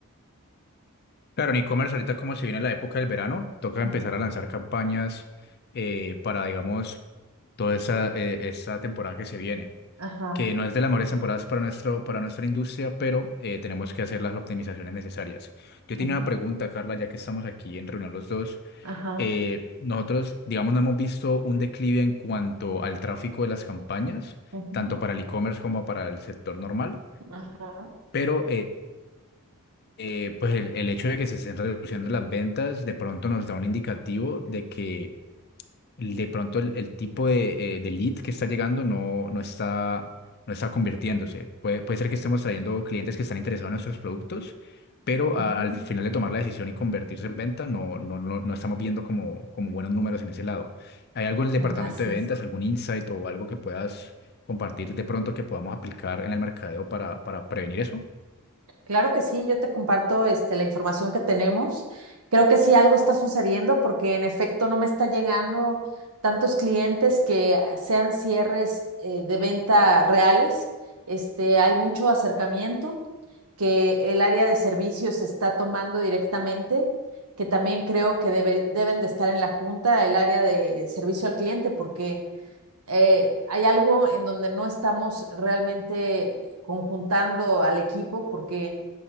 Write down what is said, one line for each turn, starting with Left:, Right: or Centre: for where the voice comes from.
Left: Claro, en e-commerce ahorita como se viene la época del verano, toca
Right: Ujú,
Left: empezar a lanzar campañas eh, para, digamos, toda esa, eh, esa temporada que se viene,
Right: Ajá,
Left: que no es de las mejores temporadas para, nuestro, para nuestra industria, pero eh, tenemos que hacer las optimizaciones necesarias. Yo
Right: ujú,
Left: tenía una pregunta, Carla, ya que estamos aquí en reunión los dos.
Right: ajá,
Left: Eh, nosotros, digamos, no hemos visto un declive en cuanto al tráfico de las campañas,
Right: ujú,
Left: tanto para el e-commerce como para el sector normal,
Right: ajá,
Left: pero... eh, eh, pues el, el hecho de que se estén reduciendo las ventas de pronto nos da un indicativo de que de pronto el, el tipo de, eh, de lead que está llegando no, no está, no está convirtiéndose. Puede, puede ser que estemos trayendo clientes que están interesados en nuestros productos, pero a-
Right: ujú,
Left: al final de tomar la decisión y convertirse en venta no, no, no, no estamos viendo como, como buenos números en ese lado. ¿Hay algo en el departamento
Right: Así
Left: de ventas,
Right: es.
Left: algún insight o algo que puedas compartir de pronto que podamos aplicar en el mercadeo para, para prevenir eso?
Right: Claro que sí, yo te comparto este, la información que tenemos. Creo que sí algo está sucediendo porque en efecto no me está llegando tantos clientes que sean cierres eh, de venta reales. Este, hay mucho acercamiento que el área de servicios está tomando directamente, que también creo que debe- deben de estar en la junta, el área de servicio al cliente, porque eh, hay algo en donde no estamos realmente conjuntando al equipo porque